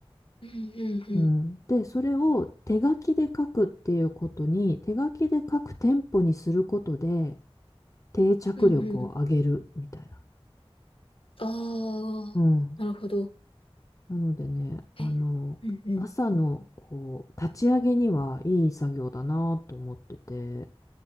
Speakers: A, on the left; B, on the left.
A: うんうんうん。
B: うん。で、それを手書きで書くっていうことに、手書きで書くテンポにすることで定着力を上げるみたいな。
A: うんうん。ああ、
B: うん。
A: なるほど。
B: なのでね、あの、
A: え、うんうん。
B: 朝のこう、立ち上げにはいい作業だなと思ってて。